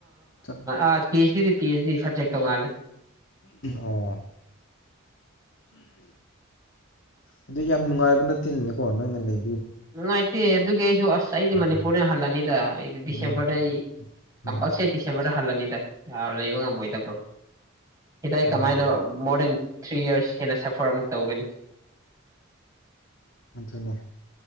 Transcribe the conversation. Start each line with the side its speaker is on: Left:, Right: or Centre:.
Left: ꯆꯞ
Right: ꯑ ꯄꯤ ꯑꯦꯁ ꯗꯤꯗꯤ ꯄꯤ ꯑꯩꯆ ꯗꯤ ꯁꯕꯖꯦꯛꯇ ꯇꯣꯉꯥꯜꯂꯦ
Left: ꯑꯣ ꯑꯗꯨ ꯌꯥꯝ ꯅꯨꯡꯉꯥꯏꯕ ꯅꯠꯇꯦꯅꯤꯅꯀꯣ ꯅꯪꯅ ꯂꯩ
Right: ꯅꯨꯡꯉꯥꯏꯇꯦ ꯑꯗꯨꯒꯤ ꯑꯩꯁꯨ ꯑꯁ ꯑꯩꯗꯤ ꯃꯅꯤꯄꯨꯔꯗꯩ
Left: ꯎꯝ
Right: ꯍꯜꯂꯅꯤꯗ ꯑꯩꯗꯤ ꯗꯤꯁꯦꯝꯕꯔꯗ
Left: ꯎꯝ
Right: ꯑꯩ ꯀꯝꯄꯜꯁꯔꯤ
Left: ꯎꯝ
Right: ꯗꯤꯁꯦꯝꯕꯔꯗ ꯍꯜꯂꯅꯤꯗ ꯌꯥꯔ ꯂꯩꯕ ꯉꯝꯃꯣꯏꯗꯕ꯭ꯔꯣ ꯁꯤꯗ
Left: ꯎꯝ
Right: ꯀꯃꯥꯏꯅꯣ ꯃꯣꯔꯗꯟ ꯊ꯭ꯔꯤ ꯌꯔꯁ ꯍꯦꯟꯅ ꯁꯐꯔ ꯑꯃꯨꯛ ꯇꯧꯒꯅꯤ
Left: ꯑꯗꯨꯅꯦ